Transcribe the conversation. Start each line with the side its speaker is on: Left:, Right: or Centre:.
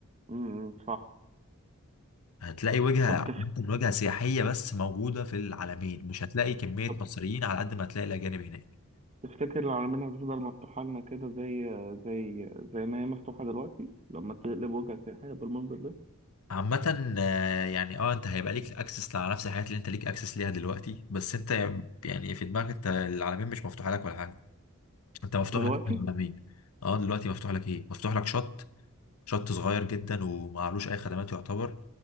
Right: امم صح
Left: هتلاقي وجهة
Right: طب
Left: عامة
Right: تف...
Left: وجهة سياحية بس موجودة في العالمين مش هتلاقي كمية
Right: طب
Left: مصريين على قد ما هتلاقي الأجانب هناك
Right: تفتكر العلمين هتفضل مفتوحة لنا كده زي زي زي ما هي مفتوحة دلوقتي لما تقلب وجهك سياحية بالمنظر ده
Left: عامة آه، يعني اه انت هيبقى ليك اكسس على نفس الحاجات اللي انت ليك اكسس ليها دلوقتي بس انت يعني في دماغك انت العالمين مش مفتوحة لك ولا حاجة انت مفتوح
Right: دلوقتي
Left: لك العالمين اه دلوقتي مفتوح لك ايه مفتوح لك شط شط صغير جدا ومعلوش اي خدمات يعتبر